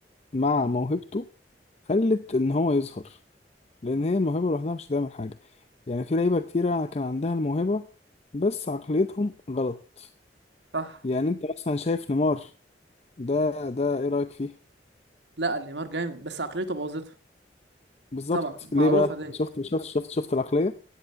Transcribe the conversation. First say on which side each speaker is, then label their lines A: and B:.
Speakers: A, on the left; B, on the right.
A: مع موهبته خلت ان هو يظهر لان هي الموهبه لوحدها مش هتعمل حاجه يعني في لعيبه كتيره كان عندها الموهبه بس عقليتهم غلط
B: صح
A: يعني انت مثلا شايف نيمار ده ده ايه رايك فيه
B: لا نيمار جامد بس عقليته بوظته
A: بالظبط
B: طبعا معروفه
A: ليه بقى
B: دي
A: شفت شفت شفت شفت العقليه